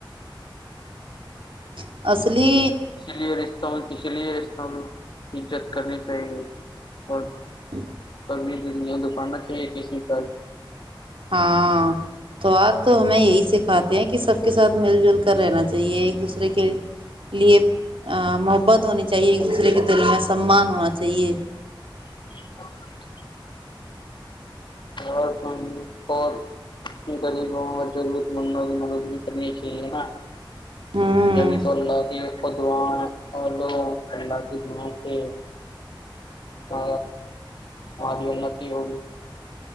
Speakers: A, on the right (about 85°); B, on the left (about 65°).
A: اس اس اسلی
B: اس لیے رشتوں اسی لیے رش عزت کرنی چاہیے اور
A: ہ
B: د دکان نہ ک ت
A: ہاں توار تو ہمیں یہی سکھاتے ہیں کہ سب کے سھ مل جل کر رہنا چ تو یہ ایک دوسرے کے لیے محبت ہونی چاہیے ایک دوسرے کے دل میں سمان ہونا چاہیے
B: <unintelligible> اور ہم اور غریبوںوں کو ضرورتند کی مدد بھی کرنی چاہیے نا
A: ہوں
B: جنی سولنا نہیں کو دا اور لو الی دائ سے ا مج انتی ہو